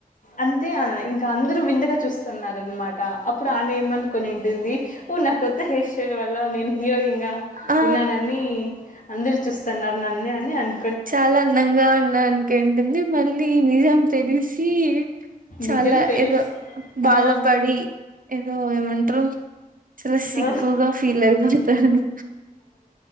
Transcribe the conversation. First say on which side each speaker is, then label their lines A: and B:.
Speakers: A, on the left; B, on the right.
A: అంతే ఇంకా అందరు వింతగా చూస్తున్నారు అన్న మాట అప్పుడు అ ఏమనుకొనింటుంది ఓ నక్ కొత్త హెయిర్ స్టైల్ వల్ల నేను హీరోయిన్ గా
B: ఆ
A: ఉన్నానని అందరు చూస్తున్నారు నన్నే అని అను
B: చాలా అందంగా ఉన్నా అని కేంటుంది మళ్ళీ నిజం తెలిసి చాలా
A: నిజం తెలుసు
B: ఏదో బాధపడి
A: ఆ
B: ఏదో ఏమంట ట్రై చాల సిగ్గుగా
A: ఆ
B: ఫీల్ అయిపోతాది